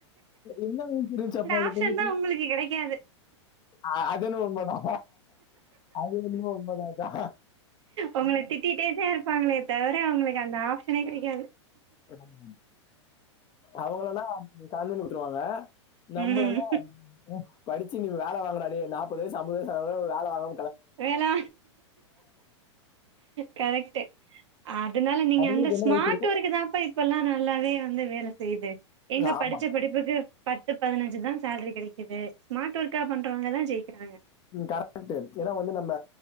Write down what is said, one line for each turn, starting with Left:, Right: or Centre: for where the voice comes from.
Left: என்னங்ன்னு புரிச்சுச்சாப்பா அந்த
Right: ஆப்ஷன்
Left: பொண்ணுக்கு
Right: தா உங்களுக்கு கெடைக்காது
Left: அ அது என்னமோ உண்ம தா அது என்னமோ உண்ம தா
Right: உங்கள திட்டிட்டே தா இருப்பாங்களே தவிர அவங்களுக்கு அந்த ஆப்ஷனே கெடைக்காது
Left: ஆமா அவங்கள தா <inaudible> விட்ருவாங்க நம்மளனா
Right: ம்
Left: படிச்சு நீ வேலை வாங்குடா டேய் நாப்பது வயசு ஐம்பது வயசு ஆகுது வேலை வாங்க
Right: வேல கரெக்ட்டு அதுனால நீங்க
Left: அவங்களுக்கு
Right: வந்து
Left: என்ன
Right: ஸ்மார்ட்
Left: வயசு இருக்கும்?
Right: ஒர்க்கு தாப்ப இப்பெல்லா நல்லாவே வந்து வேலை செய்யுது எங்க
Left: ஆமா.
Right: படிச்ச படிப்புக்கு பத்து பதினஞ்சு தா சேலரி கிடைக்குது ஸ்மார்ட் ஒர்க்கா பண்றவங்கதா ஜெயிக்குறாங்க
Left: ம் கரெக்ட் ஏன்னா வந்து நம்ம